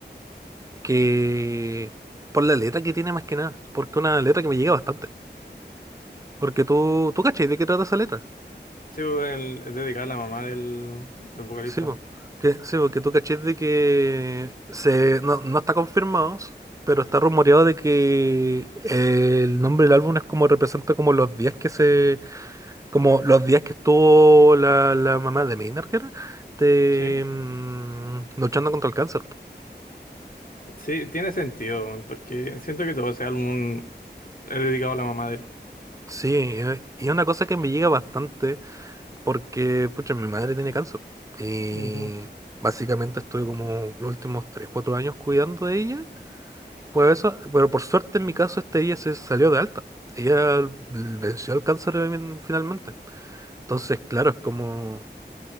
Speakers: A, on the right (about 20°); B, on the left (about 50°).
A: que por la letra que tiene más que nada, porque es una letra que me llega bastante. Porque tú, tú cachai de qué trata esa letra.
B: Sí, pues, el- es dedicado a la mamá del, del vocalista.
A: Sí, po. Que, sí, porque tú cachés de que se, no, no está confirmado, pero está rumoreado de que el nombre del álbum es como representa como los días que se, como los días que estuvo la, la mamá de Maynard, que era, de,
B: Sí,
A: mm, luchando contra el cáncer. po.
B: sí, tiene sentido, weón, porque siento que todo ese álbum He dedicado a la mamá de él.
A: Sí, eh, y es una cosa que me llega bastante porque, pucha, mi madre tiene cáncer. Y
B: Ujú.
A: básicamente estuve como los últimos 3 4 años cuidando de ella Pues eso, pero por suerte en mi caso este día se salió de alta. Ella l- venció el cáncer en- finalmente. Entonces, claro, es como